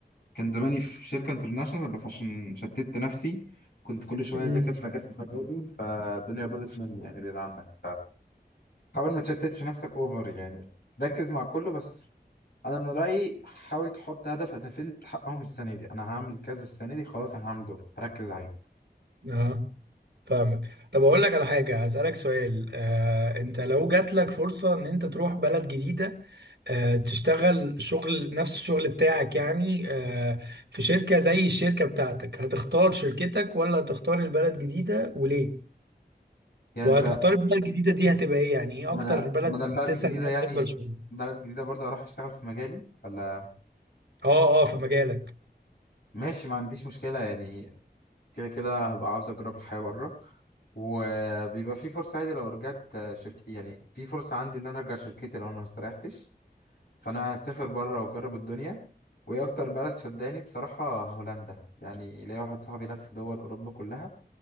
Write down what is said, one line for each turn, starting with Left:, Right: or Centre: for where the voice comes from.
Left: كان زماني في شركة انترناشونال بس عشان شتت نفسي كنت كل شوية
Right: مم.
Left: اذاكر في مجال في مجالي فالدنيا باظت مني يعني بعيد عنك حاول ما تشتتش نفسك اوفر يعني ركز مع كله بس انا من رايي حاول تحط هدف هدفين تحققهم السنه دي انا هعمل كذا السنه دي خلاص انا هعمل دول ركز عليهم
Right: آه، فاهمك طب اقول لك على حاجه هسالك سؤال آه، انت لو جات لك فرصه ان انت تروح بلد جديده آه، تشتغل شغل نفس الشغل بتاعك يعني آه، في شركه زي الشركه بتاعتك هتختار شركتك ولا هتختار البلد جديده وليه
Left: يعني
Right: وهتختار
Left: انت
Right: البلد الجديده دي هتبقى ايه يعني ايه
Left: ما
Right: اكتر
Left: انا
Right: بلد
Left: ما انا
Right: بتحسسها
Left: البلد الجديده
Right: ان
Left: يعني
Right: هي مناسبه لشغلك
Left: بلد جديده برضه هروح اشتغل في مجالي ولا
Right: اه اه في مجالك
Left: ماشي ما عنديش مشكله يعني كده كده هبقى عاوز اجرب الحياه بره وبيبقى في فرصه عادي لو رجعت شركة يعني في فرصه عندي ان انا ارجع شركتي لو انا ما استريحتش فانا هسافر بره واجرب الدنيا وايه اكتر بلد شداني بصراحه هولندا يعني ليا واحد صاحبي لف دول اوروبا كلها